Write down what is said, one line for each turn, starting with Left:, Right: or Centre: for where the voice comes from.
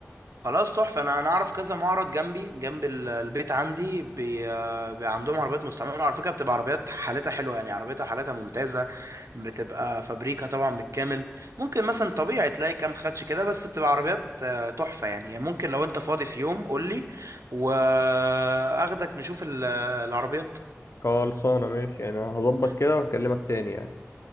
Right: خلاص تحفة أنا أنا أعرف كذا معرض جنبي جنب ال- البيت عندي بي... آه، بي عندهم عربيات مستعملة على فكرة بتبقى عربيات حالتها حلوة يعني عربيتها حالتها ممتازة بتبقى فابريكا طبعا بالكامل ممكن مثلا طبيعي تلاقي كام خدش كده بس بتبقى عربيات آه، تحفة يعني ممكن لو أنت فاضي في يوم قولي وأخدك نشوف ال- العربيات
Left: خلصانة ماشي يعني هظبط كده
Right: خ-
Left: وهكلمك تاني يعني